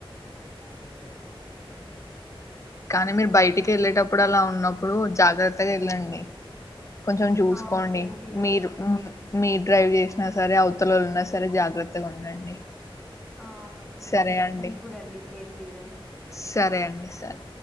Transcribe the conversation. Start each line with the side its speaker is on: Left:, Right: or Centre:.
Centre: అవునండి
Left: కానీ మీరు బయటికి వెళ్ళేటప్పుడు అలా ఉన్నప్పుడు జాగ్రత్తగా వెళ్ళండి కొంచెం చూసుకోండి
Centre: ఆ సేమ్ టు యూ
Left: మీరు
Centre: అండి
Left: మీ డ్రైవ్ చేసిన సరే అవతలన్నా సరే జాగ్రత్తగా ఉండండి
Centre: అవునండి
Left: సరే అండి
Centre: మీకు కూడా అండి సేమ్ టీ ర్
Left: సరే సరే